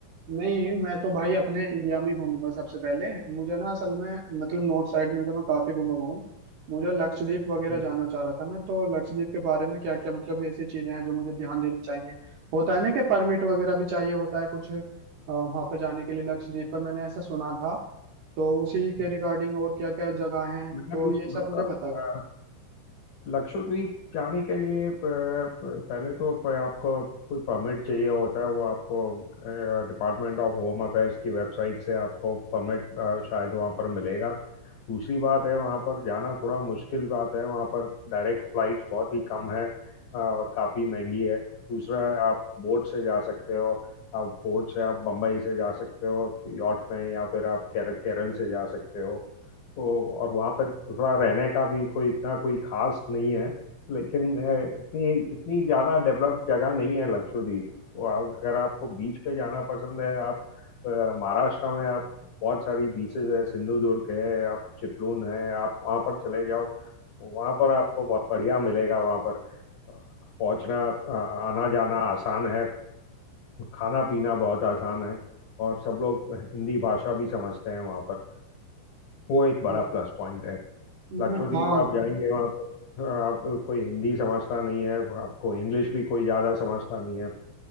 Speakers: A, on the right; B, on the left.
A: नहीं मैं तो भाई अपने इंडिया में ही घूमूंगा सबसे पहले मुझे ना असल में मतलब नॉर्थ साइड में तो मैं काफी घूमा हुआ हूँ मुझे लक्षद्वीप वगैरह
B: हम्म,
A: जाना चाह रहा था मैं तो लक्षद्वीप के बारे में क्या क्या मतलब ऐसी चीजें हैं जो मुझे ध्यान देनी चाहिए होता है ना कि परमिट वगैरह भी चाहिए होता है कुछ वहां पर जाने के लिए लक्षद्वीप पर मैंने ऐसा सुना था तो उसी
B: हम्म,
A: के रिगार्डिंग और क्या क्या जगह हैं
B: मैंने
A: तो
B: भी सुना
A: ये सब मुझे बताओ
B: था लक्षद्वीप जाने के लिए प- प- पहले तो प- आपको कोई परमिट चाहिए होता है वो आपको डिपार्टमेंट ऑफ होम अफेयर्स की वेबसाइट से आपको परमिट शायद वहाँ पर मिलेगा दूसरी बात है वहाँ पर जाना थोड़ा मुश्किल बात है वहाँ पर डायरेक्ट फ्लाइट बहुत ही कम है अ, और काफ़ी महंगी है दूसरा है आप बोट से जा सकते हो आप बोट से आप बम्बई से जा सकते हो यॉट में या फिर आप केर, केरल से जा सकते हो तो और वहाँ पर थोड़ा रहने का भी कोई इतना कोई खास नहीं है लेकिन अ, इतनी इतनी ज़्यादा डेवलप जगह नहीं है लक्षद्वीप तो आप- अगर आपको बीच पे जाना पसंद है आप अ, महाराष्ट्र में आप बहुत सारी बीचेस है सिंधुदुर्ग है आप चिपलून है आप वहाँ पर चले जाओ तो वहाँ पर आपको बहुत बढ़िया मिलेगा वहाँ पर अ, पहुँचना अ, आना जाना आसान है खाना पीना बहुत आसान है और सब लोग हिंदी भाषा भी समझते हैं वहाँ पर वो एक
A: अ,
B: बड़ा प्लस पॉइंट है
A: न-
B: लक्षद्वीप
A: हाँ
B: आप जाएंगे वहाँ पर आप कोई हिंदी समझता नहीं है आपको इंग्लिश भी कोई ज़्यादा समझता नहीं है